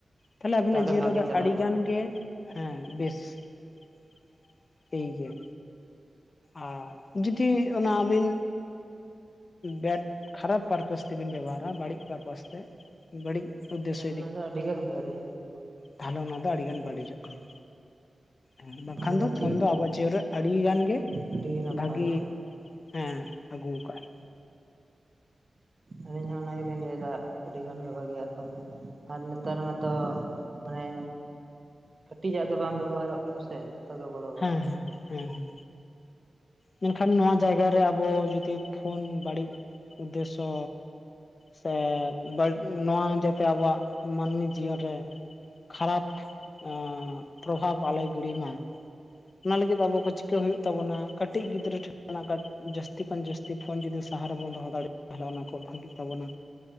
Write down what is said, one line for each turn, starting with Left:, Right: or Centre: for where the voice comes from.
Left: ᱛᱟᱦᱞᱮ ᱟᱵᱤᱱᱟᱜ
Right: ᱛᱟᱦᱚᱞᱮ
Left: ᱡᱤᱭᱚᱱ
Right: ᱵᱷᱟᱜᱮ
Left: ᱨᱮᱫᱚ
Right: ᱪᱟᱞᱟᱜᱼᱟ
Left: <unintelligible> ᱦᱮᱸ ᱵᱮᱥ <unintelligible> ᱜᱮᱭᱟ᱾ ᱟᱨ ᱡᱩᱫᱤ ᱚᱱᱟ ᱟᱹᱵᱤᱱ ᱵᱮᱰ ᱠᱷᱟᱨᱟᱯ ᱯᱟᱨᱯᱟᱥ ᱛᱮᱵᱤᱱ ᱵᱮᱵᱚᱦᱟᱨᱟ ᱵᱟᱹᱲᱤᱡ ᱯᱟᱨᱯᱟᱥ ᱛᱮ ᱵᱟᱹᱲᱤᱡ ᱩᱫᱽᱫᱮᱥᱥᱚ
Right: ᱚᱱᱟ ᱫᱚ ᱟᱹᱰᱤᱜᱮ <unintelligible>
Left: ᱛᱟᱦᱞᱮ ᱚᱱᱟ ᱫᱚ ᱟᱹᱰᱤᱜᱟᱱ ᱵᱟᱹᱲᱤᱡᱚᱜ ᱠᱟᱱᱟ᱾ ᱦᱮᱸ ᱵᱟᱝᱠᱷᱟᱱ
Right: ᱚᱱᱟ
Left: ᱫᱚ
Right: ᱴᱷᱤᱠ
Left: ᱯᱷᱳᱱ ᱫᱚ ᱟᱵᱚ ᱡᱤᱭᱚᱱ ᱨᱮ ᱟᱹᱰᱤ ᱜᱟᱱ ᱜᱮ
Right: ᱟᱹᱰᱤ ᱜᱮ ᱱᱟᱯᱟᱭᱟ
Left: ᱵᱷᱟᱜᱤ ᱦᱮᱸ ᱟᱹᱜᱩ ᱟᱠᱟᱜ-ᱟᱭ᱾
Right: ᱟᱹᱞᱤᱧ ᱦᱚᱸ ᱚᱱᱟ ᱜᱮᱞᱤᱧ ᱞᱟᱹᱭ ᱮᱫᱟ ᱟᱹᱰᱤ ᱜᱟᱱ ᱜᱮ ᱵᱷᱟᱹᱜᱮ <unintelligible> ᱟᱨ ᱱᱮᱛᱟᱨ ᱢᱟᱛᱚ ᱢᱟᱱᱮ ᱠᱟᱹᱴᱤᱡ ᱟᱜ ᱫᱚ ᱵᱟᱝ ᱵᱮᱵᱚᱦᱟᱨᱚᱜ ᱠᱟᱱᱟ ᱥᱮ ᱜᱮ ᱵᱚᱲᱚ ᱵᱚᱲᱚ
Left: ᱦᱮᱸ ᱦᱮᱸ ᱦᱮᱸ ᱦᱮᱸ ᱢᱮᱱᱠᱷᱟᱱ ᱱᱚᱣᱟ ᱡᱟᱭᱜᱟ ᱨᱮ ᱟᱵᱚ ᱡᱩᱫᱤ ᱯᱷᱳᱱ ᱵᱟᱹᱲᱤᱡ ᱩᱫᱽᱫᱮᱥᱥᱚ ᱥᱮ <unintelligible> ᱱᱚᱣᱟ ᱡᱟᱛᱮ ᱟᱵᱚᱣᱟᱜ ᱢᱟᱹᱱᱢᱤ ᱡᱤᱭᱚᱱ ᱨᱮ ᱠᱷᱟᱨᱟᱯ ᱟᱜ ᱯᱨᱚᱵᱷᱟᱵ ᱟᱞᱚᱭ ᱜᱤᱲᱤ ᱢᱟ ᱚᱱᱟ ᱞᱟᱜᱤᱫ ᱟᱵᱚ ᱠᱚ ᱪᱤᱠᱟᱹ ᱦᱩᱭᱩᱜ ᱛᱟᱵᱚᱱᱟ ᱠᱟᱹᱴᱤᱪ ᱜᱤᱫᱽᱨᱟᱹ ᱴᱷᱮᱱ - ᱱᱟᱜ ᱡᱟᱹᱥᱛᱤ ᱠᱷᱚᱱ ᱡᱟᱹᱥᱛᱤ ᱯᱷᱳᱱ ᱡᱩᱫᱤ ᱥᱟᱦᱟ ᱨᱮᱵᱚᱱ ᱫᱚᱦᱚ ᱫᱟᱲᱮᱭᱟᱜᱼᱟ ᱛᱟᱦᱚᱞᱮ ᱚᱱᱟ ᱠᱷᱚ ᱵᱷᱟᱜᱤᱜ ᱛᱟᱵᱚᱱᱟ